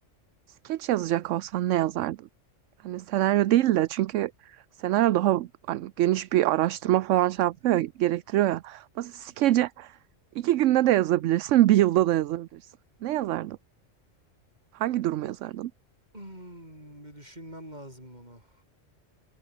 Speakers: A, on the right (about 75°); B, on the right (about 35°).
A: Skeç yazacak olsan ne yazardın? Hani senaryo değil de çünkü senaryo daha hani geniş bir araştırma falan şey yapıyor ya, gerektiriyor ya. Mesela skece iki günde de yazabilirsin, bir yılda da yazabilirsin. Ne yazardın? Hangi durumu yazardın?
B: Hmm, bir düşünmem lazım bunu.